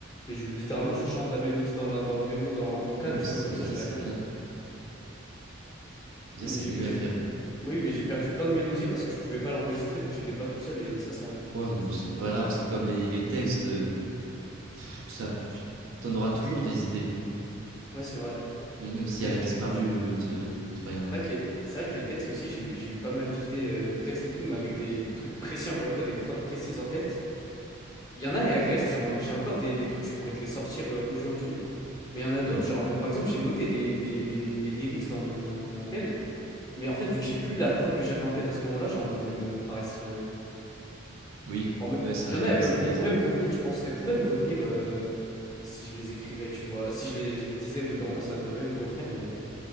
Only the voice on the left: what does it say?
et je littéralement, je chante la mélodie dans, la, dans le mémo, dans, en vocal,
tu
vois, comme ça,
je la
garde.
Mais
j'ai
j'ai
Oui, mais j'ai perdu plein de mélodies parce que je pouvais pas l'enregistrer vu que j'étais pas tout seul et ça, ça,
ça
me frustre
trop.
Ouais, c'est vrai.
Ben
putain,
c'est
c'est vrai que les, c'est vrai que les textes aussi, j'ai, j'ai eu pas mal d'idées euh, de textes et tout, mais avec des, des trucs précis, encore une fois, des prods précises en tête. Il y en a, elles restent, genre en mode j'ai encore des, des trucs, je pourrais te les sortir euh, aujourd'hui. Mais il y en a d'autres,
genre en mode par exemple, j'ai noté des, des, des, des lyrics dans mon, mon tel, mais en fait, vu que j'ai plus la prod que j'avais en tête à ce moment-là, genre en mode elles me paraissent euh,
En mode,
il y en a,
elles peuvent,
elles pourraient me revenir, je pense. Elles pourraient me revenir euh, si je les écrivais, tu vois. Si je les, je les disais au bout d'un moment, ça devrait me revenir, mais, euh,